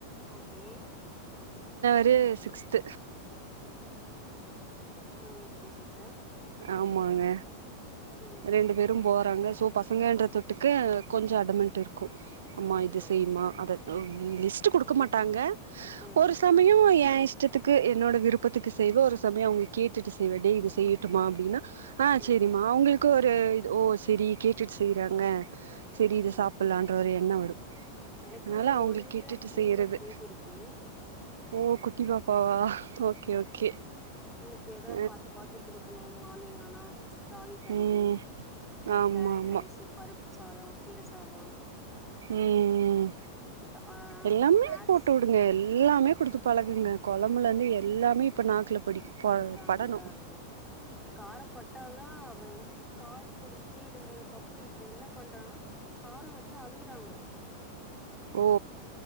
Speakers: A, in the centre; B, on the right.
A: ஓகே
B: ந்து சிக்ஸ்த்
A: ம் கே சிஸ்
B: ஆமாங்க
A: ம்
B: ரெண்டு பேரு
A: ம்
B: போறாங்க சோ பசங்கன்ற தொட்டுக்கு கொஞ்சொ அடமன்ட்டு் இருக்கு ஆம்மா
A: ஓகே
B: இத
A: ஓகே
B: செய்யுமா
A: ஓகே
B: அத லிஸ்ட் குடுக்க
A: எனக்
B: மாட்டாங்க
A: ம்
B: ஒரு சமய ஏ இஷ்டத்துக்கு என்னோட விருப்பத்துக்கு செய்வெ ஒரு சமய அவங் கேட்டுட்டு செய்வ டே லிஸ்ட் ட்டுமா அப்டின்னா ஆ செரிமா
A: ம்
B: அவங்களுக்கு ஒரு ம் ஓ சரி கேட்டுட்டு செய்றாங்க செரி
A: ஓகே
B: இது சாப்புட்லான்ற
A: ஓகே ஓகே
B: ஒரு எண்ணோ வரு
A: எனக்கு
B: அதனால அவங்களுக்கு
A: ஒன்
B: கேட்டுட்டு
A: இயர் த்ரீ
B: செய்யறது
A: மந்த் பேபி இருக்கு
B: ஓ குட்டி பாப் பாவா ஓகே ஓகே
A: டியே
B: ஆ
A: தா பாத்து பாத்து கொடுக் குணு மார்னிங்கானா ராகி கஞ்சி
B: ம்
A: இந்த
B: ஆமா
A: கேரட்
B: ஆமா
A: ரைஸ் பருப் சாதொ கீர சாதொ
B: ம் ம்
A: ஆ
B: எல்லாமே
A: ஸ்நாக்ஸு
B: போட்டு டுங்க எல்லாமே குடுத்து பழகுங்க கொழம்புல இருந்து எல்லாமே இப்ப நாக்குல படி ப
A: அதுதா
B: படணு
A: அதுதா அதுதா கார பட்டாதா அவ வந்து பால் குடிச்ட் டே இருந்ததுக்கப்றொ இப்ப என்ன பண்றானா கார வச்சா அழுகுறாங்க
B: ஓ